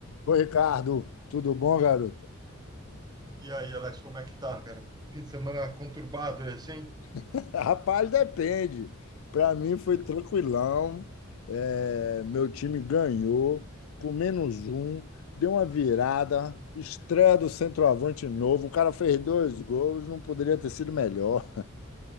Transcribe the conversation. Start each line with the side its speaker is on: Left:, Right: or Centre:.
Left: Ô, Ricardo, tudo bom, garoto?
Right: E aí, Alex, como é que tá, cara? Fim de semana conturbado, é assim?
Left: <laughs> Rapaz, depende. Para mim foi tranquilão. É, meu time ganhou com menos um, deu uma virada, estreia do centroavante novo. O cara fez dois gols, não poderia ter sido melhor.